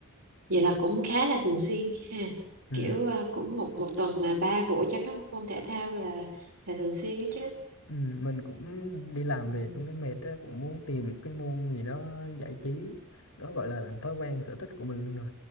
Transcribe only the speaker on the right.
vậy là cũng khá là thường xuyên ha
kiểu ờ, cũng một một tuần mà ba buổi cho các môn thể thao là là thường xuyên đó chứ
ừ.